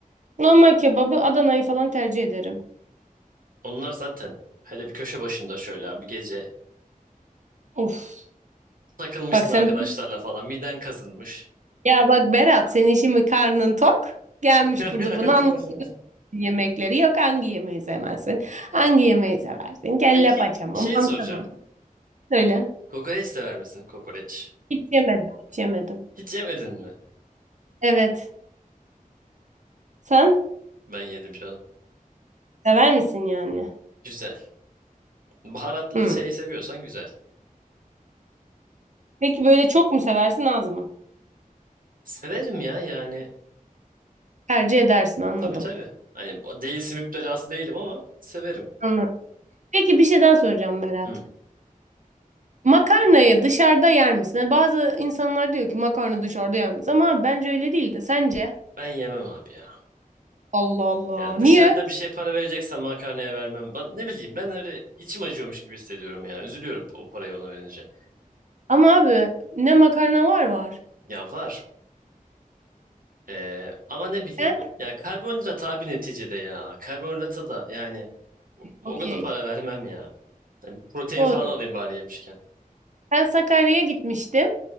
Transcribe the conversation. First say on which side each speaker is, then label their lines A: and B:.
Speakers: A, on the right; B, on the right.
A: Normal kebabı Adana'yı falan tercih ederim.
B: Onlar zaten hele bir köşe başında şöyle bir gece
A: Of.
B: takılmışsın
A: Bak sen
B: arkadaşlarla falan miden kazınmış.
A: Ya bak Berat senin şimdi karnın tok. Gelmiş
B: <laughs>
A: burada bunu anlatıyor yemekleri. Yok hangi yemeği sevmezsin? Hangi yemeği seversin? Kelle
B: Peki
A: paça mı?
B: şey
A: Manta
B: soracağım.
A: mı? Söyle.
B: Kokoreç sever misin? Kokoreç.
A: Hiç yemedim. Hiç yemedim.
B: Hiç yemedin mi?
A: Evet. Sen
B: Ben yedim canım.
A: sever misin yani?
B: Güzel. Baharatlı
A: Hmm.
B: şey seviyorsan güzel.
A: Peki böyle çok mu seversin az mı?
B: Severim ya yani.
A: Tercih edersin anladım.
B: Tabii tabii. Hani bu- değilsin müptelası değilim ama severim.
A: Anladım. Peki bir şey daha soracağım Berat.
B: Hı.
A: Makarnayı dışarıda yer misin? Hani bazı insanlar diyor ki makarna dışarıda yenmez. Ama abi, bence öyle değil de sence?
B: Ben yemem abi ya.
A: Allah Allah.
B: Yani
A: Niye?
B: dışarıda bir şey para vereceksen makarnaya vermem. Ben, ne bileyim ben öyle içim acıyormuş gibi hissediyorum ya. Üzülüyorum o parayı ona verince.
A: Ama abi ne makarna var var.
B: Ya var. Ee, ama ne bileyim.
A: Ben
B: Yani karbonhidrat abi neticede ya. Karbonhidrata da yani o, o
A: Okey.
B: kadar para vermem ya. Yani bir protein
A: doğru.
B: falan alayım bari yemişken.
A: Ben Sakarya'ya gitmiştim.